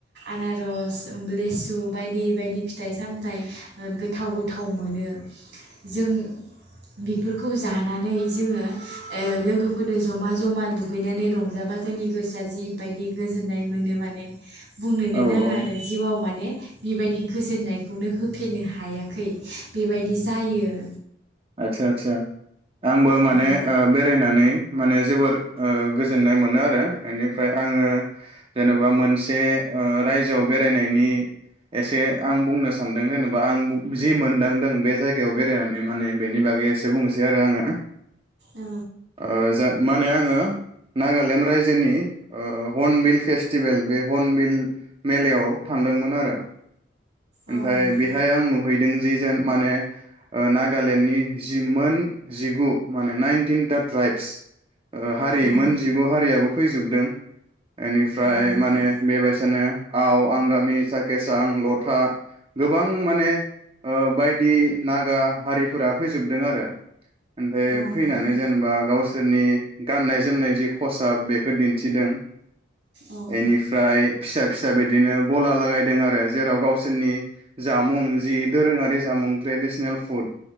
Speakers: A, on the right; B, on the right.
A: आनारस लेसु बायदि बायदि फिथाइ-सामथाइ गोथाव गोथाव मोनो। जों बेफोरखौ जानानै जोङो ओ लोगोफोरदो जमा जमा दुगैनानै रंजाबा जोंनि गोसोआ जिबायदि गोजोननाय मोनो माने। बुंनोनो
B: औ
A: नाङा
B: औ
A: आरो जिउआव माने बेबायदि गोजोननायखौनो होफेरनो हायाखै बेबायदि जायो। ओ।
B: आदसा आदसा आंबो माने
A: औ
B: ओ बेरायनानै माने जोबोर ओ गोजोन्नाय मोनो आरो इनिफ्राय आङो जेनेबा मोनसे ओ रायजोआव बेरायनायनि एसे आं बुंनो सानदों जेनेबा आं जि मोनदांदों बेखो याव बेरायनानै माने बागै एसे बुंनोसै आरो आङो।
A: औ
B: ओ जा माने आङो नागालेण्ड रायजोनि ओ हनबिल फेस्टिभेल बे हनबिल मेलायाव थांदोंमोन आरो। ओमफाय
A: औ नोंथां
B: बेहाय आं नु नुहैदों जे जोन माने ओ नागालेण्डनि जि मोन जिगु माने नाइनटिन था ट्राइब्स। ओ हारि
A: औ
B: मोन जिगु हारियाबो फैजोबदों। एनिफ्राय
A: औ नोंथां
B: माने बेबायसानो आव आंगामि सकेसा आं लथा। गोबां माने ओ बायदि नागा हारिफोरा फैजोबदों आरो। ओमफ्राय
A: औ
B: फैनानै
A: नोंथां
B: जेनेबा गावसो बिसोरनि गाननाय जोमनाय जि खसाब बेखौ दिन्थिदों।
A: औ नोंथां
B: एनिफ्राय फिसा फिसा बिदिनो गला लागायदों आरो जेराव गावसोर नि जामुं जि दोरोङारि जामुं ट्रेडिसनेल फुड